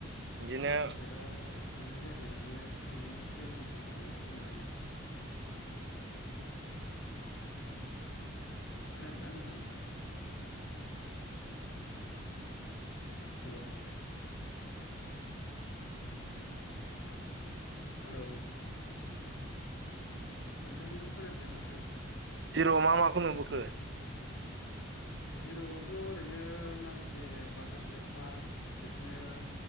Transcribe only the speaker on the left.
बाखि साइदआव थांनाय जायाखै माने थांनायनि प्लेनिंसो खालामगासिनो माने <inaudible> खोनादों ना नोंथां हेलौ हेलौ नोंथांनिखौ खोनादिया माथो
<inaudible> जिरआवथ' ओरैनो माखासे बाटारफ्लाइ पार्क बिदिनो